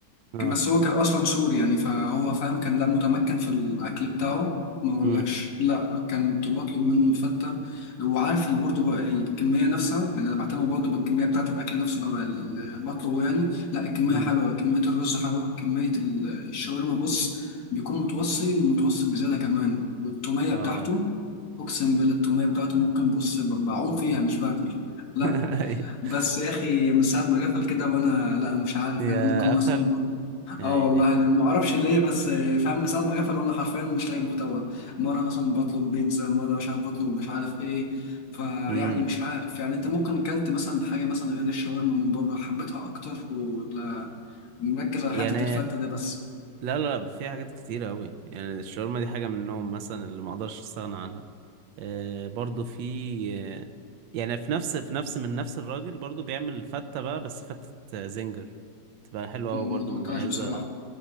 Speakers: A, on the right; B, on the left.
A: اه
B: بس هو كان اصلا سوري يعني فهو فاهم كان لا متمكن في الاكل بتاعه ما اقولكش
A: امم
B: لا كنت بطلب منه الفته وعارف برضه بقى الكميه نفسها يعني انا بعتمد برضه بالكميه بتاعه الاكل نفسه لما ال- بطلبه يعني لا الكميه
A: امم
B: حلوه كميه الرز حلوه كميه ال- الشاورما بص بيكون متوصي ومتوصي بزياده كمان والتوميه
A: اه
B: بتاعته اقسم بالله التوميه بتاعته ممكن بص ب- بعوم فيها مش باكل لا
A: <laughs>
B: بس يا اخي من ساعه ما قفل كده وانا لا مش عارف
A: يا
B: يعني ممكن
A: قفل
B: مثلا نقول
A: يا
B: اه
A: عيني
B: والله ما اعرفش ليه بس فاهم من ساعه ما قفل وانا حرفيا مش لاقي محتوى مره مثلا بطلب بيتزا مره مش عارف بطلب مش عارف ايه فيعني
A: امم
B: مش عارف يعني انت ممكن كلت مثلا حاجه مثلا غير الشاورما من بره حبيتها اكتر ولا مركز على
A: يعني
B: حته الفته ده بس
A: لا لا لا في حاجات كتيرة أوي يعني الشاورما دي حاجة منهم مثلا اللي ما أقدرش أستغنى عنها آه برضو في آه يعني في نفس في نفس من نفس الراجل برضو بيعمل فتة بقى بس فتة آه، زنجر تبقى حلوة
B: ما
A: أوي برضو
B: دقتهاش
A: مميزة
B: بصراحه